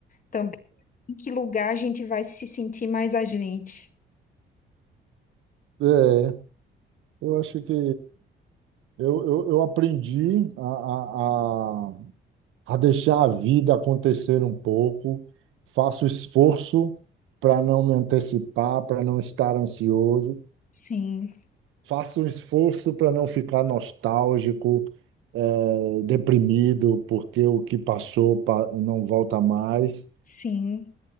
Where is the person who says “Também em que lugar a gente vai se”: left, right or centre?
Left